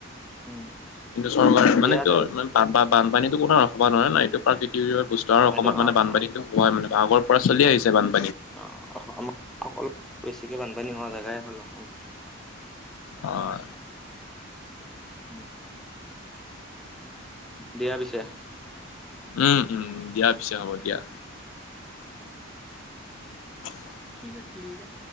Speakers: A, in the centre; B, on the left.
A: উম
B: কিন্তু চৰকাৰে
A: দিয়াহেতেন
B: মানে এইটো বানপানীতো কোনো ৰাখবা নোৱাৰে না এইটো প্ৰাকৃতিক বস্তু- আৰু
A: অ
B: অসমত
A: এইটো
B: মানে
A: অ
B: বানপানীতো
A: অ
B: হয় মানে আগৰ পৰা চলি আহিছে, বান-
A: অঁ আমাৰ অকল বেছিকে বানপানী হোৱা জেগাই হ'ল অসম।
B: অঁ
A: উম দিয়া পিছে।
B: উম উম দিয়া পিছে হ'ব দিয়া। <unintelligible>
A: কি কোটলি এইগাল।